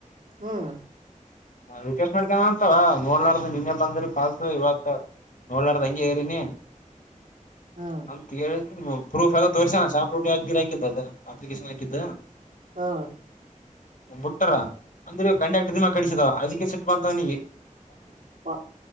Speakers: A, on the right; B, on the left.
A: ಹ್ಮ್
B: ಹ ರಿಕ್ವೆಸ್ಟ್ ಮಾಡ್ಕ ಅಂತವ ನೋಡ್ಲಾರ್ದು ನಿನ್ನೆ ಬಂದ್ರರಿ ಪಾಲ್ಸ ಇವತ್ತು. ನೋಡ ಲಾರ್ದ ಹಂಗೆ ರಿನಿ
A: ಹ್ಮ್
B: ಅಂತ ಹೇಳಿ ಹೂ ಪ್ರೂಫ್ ಎಲ್ಲ ತೋರ್ಸಣ ಸಾಕು ಹಾಕಿದ್ದ ಅದ ಅಪ್ಲಿಕೇಶನ್ ಹಾಕಿದ್ದ.
A: ಹಾ
B: ಬಿಟ್ಟಾರ ಅಂದ್ರೆ ಕಂಡ್ಯಾಕ್ಟರ್ ದಿಮಾಕ್ ಕಡಿಸಿದ ಅದಕ್ಕೆ ಸಿಟ್ ಬಂತವನೀಗೆ
A: ಪ